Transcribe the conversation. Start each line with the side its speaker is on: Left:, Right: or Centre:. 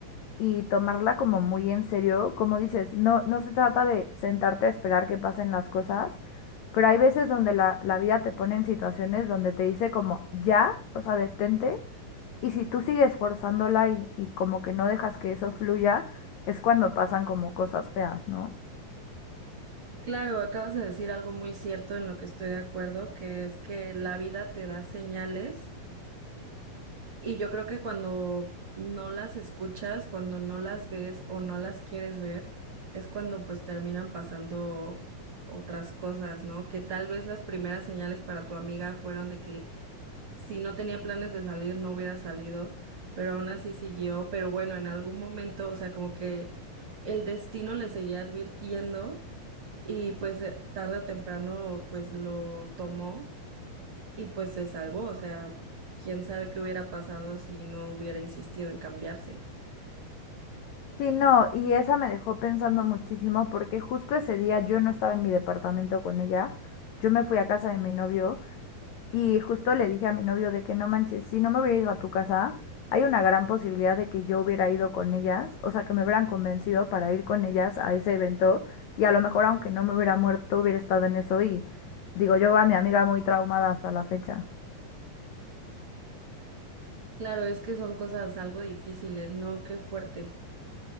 Left: y tomarla como muy en serio. Como dices, no, no se trata de sentarte a esperar que pasen las cosas, pero hay veces donde la, la vida te pone en situaciones donde te dice como ya, o sea, detente, y si tú sigues forzándola y, y como que no dejas que eso fluya, es cuando pasan como cosas feas, ¿no?
Right: Claro, acabas de decir algo muy cierto en lo que estoy de acuerdo, que es que la vida te da señales y yo creo que cuando no las escuchas, cuando no las ves o no las quieres ver, es cuando pues terminan pasando otras cosas, ¿no? Que tal vez las primeras señales para tu amiga fueron de que si no tenía planes de salir, no hubiera salido, pero aún así siguió, pero bueno, en algún momento, o sea, como que el destino le seguía advirtiendo y pues eh, tarde o temprano pues lo tomó y pues se salvó, o sea, quién sabe qué hubiera pasado si no hubiera insistido en cambiarse.
Left: Sí, no, y esa me dejó pensando muchísimo porque justo ese día yo no estaba en mi departamento con ella, yo me fui a casa de mi novio. Y justo le dije a mi novio de que no manches, si no me hubiera ido a tu casa, hay una gran posibilidad de que yo hubiera ido con ellas, o sea, que me hubieran convencido para ir con ellas a ese evento y a lo mejor aunque no me hubiera muerto, hubiera estado en eso y digo yo a mi amiga muy traumada hasta la fecha.
Right: Claro, es que son cosas algo difíciles, ¿no? Qué fuerte.